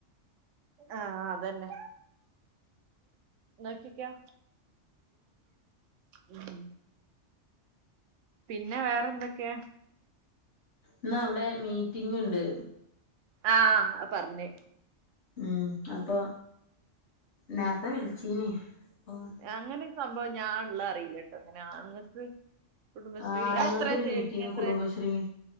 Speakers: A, on the right; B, on the left.
A: ആഹ് അതന്നെ നോക്കിക്കോ ഉം. പിന്നെ വേറെന്തൊക്കെ?
B: ഇന്ന വ്ടെ മീറ്റിംഗിണ്ട്
A: ആഹ് അഹ് പർഞ്
B: ഉം അപ്പൊ നേരത്തെ വിളിച്ചീനി അപ്പം
A: അങ്ങനൊരു സംഭവം ഞാൻ ഉള്ളത് അറിയില്ലട്ടോ, അങ്ങനെ ആണുങ്ങൾക്ക്. കുടുംബശ്രീയില്
B: ആണുങ്ങൾക്കൊരു
A: അത് എത്രയാ സേവിങ്
B: മീറ്റിംഗ്
A: എത്ര
B: കുടുംബശ്രീ മീ